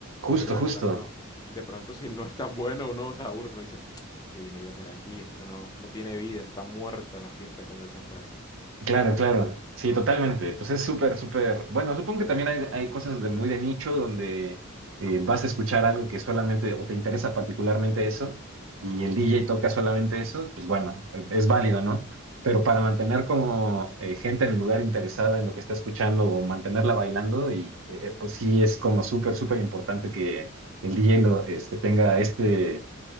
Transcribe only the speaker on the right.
Justo,
justo.
Claro, claro. Sí, totalmente. Pues es súper, súper. Bueno, supongo que también hay, hay cosas de muy de nicho donde eh, vas a escuchar algo que solamente o te interesa particularmente eso y el DJ toca solamente eso, pues bueno, eh, es válido, ¿no? Pero para mantener como eh, gente en el lugar interesada en lo que está escuchando o mantenerla bailando, y eh, eh, pues sí es como súper, súper importante que el DJ lo, este, tenga este, eh,